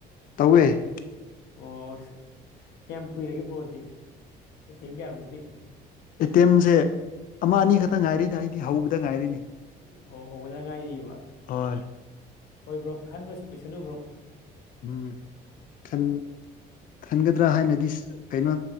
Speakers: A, on the left (about 55°); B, on the left (about 80°).
A: ꯇꯧꯋꯦ
B: ꯑꯣ ꯀꯌꯥꯝ ꯀꯨꯏꯔꯒꯦ ꯕ꯭ꯔꯣꯗꯤ ꯑꯦꯇꯦꯝ ꯀꯌꯥꯔꯃꯨꯛꯇꯤ
A: ꯑꯦꯇꯦꯝꯖꯦ ꯑꯃ ꯑꯅꯤ ꯈꯛꯇ ꯉꯥꯏꯔꯤꯗ ꯑꯩꯗꯤ ꯍꯧꯕꯗ ꯉꯥꯏꯔꯤꯅꯤ
B: ꯑꯣ ꯍꯧꯕꯗ ꯉꯥꯏꯔꯤꯌꯦꯕ
A: ꯑꯣꯏ
B: ꯍꯣꯏ ꯕ꯭ꯔꯣ ꯈꯟꯕꯁꯨ ꯑꯣꯏꯁꯅꯨ ꯕ꯭ꯔꯣ
A: ꯎꯝ ꯈꯟ ꯈꯟꯒꯗ꯭ꯔꯥ ꯍꯥꯏꯅꯗꯤ ꯀꯩꯅꯣ